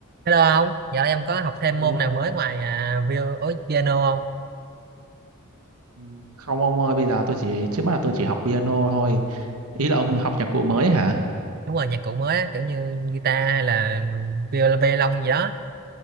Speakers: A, on the right (about 45°); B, on the right (about 85°).
A: Hello ông, giờ em có học thêm
B: Hello.
A: môn nào mới ngoài à, viol- ối, piano không?
B: Ừ, Không ông ơi, bây giờ tôi chỉ trước mắt là tôi chỉ học piano thôi. Ý là ông
A: À,
B: học nhạc cụ mới hả?
A: đúng rồi, nhạc cụ mới á, kiểu như guitar hay là viol- violon gì đó.